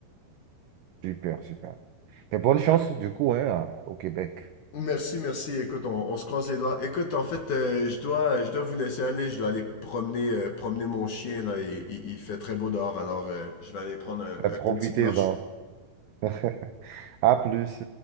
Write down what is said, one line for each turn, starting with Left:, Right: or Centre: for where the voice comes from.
Right: Super, super. Et bonne chance du coup hein, à- au Québec.
Left: Merci, merci. Écoute, on, on se croise les doigts. Écoute, en fait, euh, je dois, je dois vous laisser aller. Je dois aller promener, euh, promener mon chien, là. Il, il- il fait très beau dehors, alors euh, je vais aller prendre un-
Right: Ben, Profitez-en.
Left: un- une petite marche.
Right: <laughs> À plus.